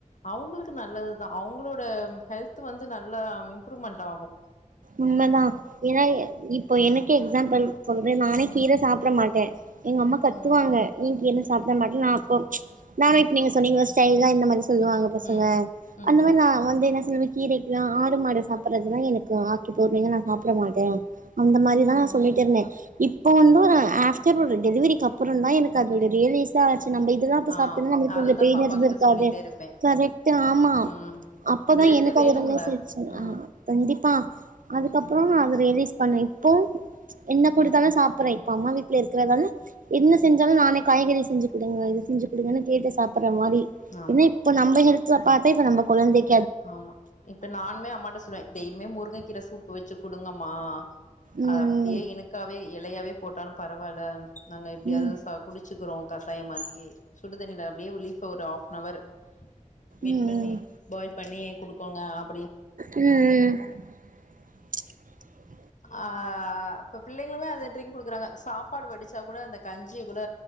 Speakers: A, on the left (about 70°); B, on the right (about 85°).
A: அவ்ங்களுக்கு நல்லது துதா அவ்ங்களோட ஹெல்த்து வந்து நல்லா இம்ப்ரூவ்மெண்ட் ஆகு
B: உண்மதா ஏனா இப்போ எனக்கே எக்ஸாம்பிள் சொல்றே நானே
A: ம்
B: கீர சாப்ட மாட்டே எங்க அம்மா கத்துவாங்க
A: ம்
B: நீ கீர சாப்ட மாட்ற நா அப்போ நா இப்ப நீங்க சொன்னீங்க ஸ்டைலா இந்த மாரி சொல்லுவாங்க பசங்க
A: ம் ம்
B: அந்த மாரி
A: ம்
B: நா வந்து என்ன சொல்லுவே கீரைக்குலா ஆடு மாடு சாப்பிட்றதுலா எனக் கு ஆக்கி போட்றிங்க நா சாப்ட மாட்டே அந்த மாரிதா
A: ம்
B: நா சொல்லிட்ருந்தே
A: ம்
B: இப் ப்போ வந்தொரு ஆஃப்டர் ஒரு டெலிவரிக்கு அப்பறந் தா எனக்கு அதோட ரியலேஸ்ட்டா ஆச்சு நம்ப இதெல்லா அப்ப
A: ஆ
B: சாப்ட்ருந்தா நம்மளுக்கு
A: அததா
B: கொஞ்ச பெயின்
A: பாப்பா
B: இருந்துருக்காதே
A: கிட்ட சொல்லிட்டே இருப்பே
B: கரெக்ட்டு ஆமா
A: ம்
B: அப்பதா
A: பிளட்டு
B: எனக்கு
A: வேணும்ல
B: அது ரியலேஸ் ஆச்சு
A: ம்
B: ஆ கண்டிப் பா அதுக்கப்றோ நா அத ரியலேஸ் பண்ணே இப்போ என்ன குடுத்தாலு
A: ம்
B: சாப்புட்றே இப்ப அம்மா வீட் ல இருக்கிறதால என்ன செஞ்சாலு நானே காய்கறி செஞ்சு குடுங்க இது செஞ்சு குடுங்கனு கேட்டு சாப்புட் ற மாரி
A: ஆமா
B: ஏனா இப்ப நம்ம ஹெல்த்ல பாத்தே இப்ப நம்ப கொழந்தைக்
A: ஆமா இப்ப நானுமே அம்மாட்ட சொல்லுவே டெய்லியுமே முருங்கக் கீர சூப்பு வச்சு குடுங்கமா
B: ம்
A: அத அப்டியே இனுக்காவே எலையாவே போட்டாலு பரவால்ல நாங்க எப்டியாவ்து
B: ம்
A: சா குடிச்சுக்கிறோ கசாய மாதிரியே சுடுதண்ணில அப்டியே ஒரு லீஃப ஒரு ஆஃபன் அவரு மிட்
B: ம்
A: பண்ணி
B: ம்
A: பாயில் பண்ணி குடுக்கோங்க அப்
B: ம் ம் சரி
A: ஆ அப்ப பிள்ளைங்களுமே அந்த ட்ரிங்க் குடுக்குறாங்க சாப்பாடு வடிச்சா கூட அந்த கஞ்சியை கூட